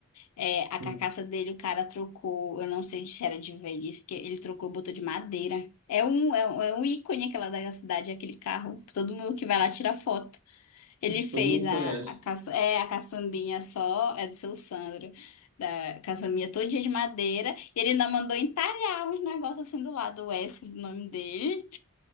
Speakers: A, on the left; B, on the right.
A: É,
B: sim.
A: a carcaça dele o cara trocou, eu não sei se era de velhice, que ele trocou, botou de madeira. É um, é um, é um ícone aquela da cidade, aquele carro, que todo mundo que vai lá tira foto. Ele fez
B: todo mundo
A: a,
B: conhece.
A: a, caça, é, a caçambinha só, é do seu Sandro, da caçambinha todo dia de madeira, e ele ainda mandou entalhar uns negócios assim do lado, o S do nome dele.